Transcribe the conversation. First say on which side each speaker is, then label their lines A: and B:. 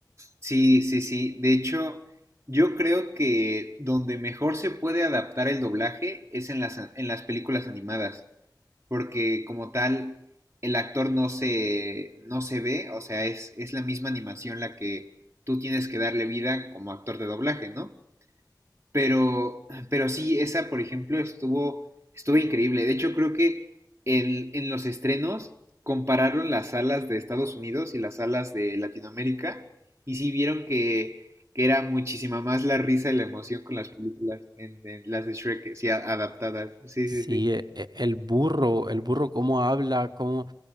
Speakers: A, on the right; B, on the right.
A: Sí, sí, sí, de hecho, yo creo que donde mejor se puede adaptar el doblaje es en las, a- en las películas animadas, porque como tal, el actor no se, no se ve, o sea, es, es la misma animación la que tú tienes que darle vida como actor de doblaje, ¿no? Pero, pero sí, esa, por ejemplo, estuvo, estuvo increíble. De hecho, creo que el- en los estrenos compararon las salas de Estados Unidos y las salas de Latinoamérica y sí vieron que, que era muchísima más la risa y la emoción con las películas, en, en las de Shrek, sí, a- adaptadas. Sí,
B: Sí,
A: sí, sí.
B: e- e- el burro, el burro cómo habla, cómo,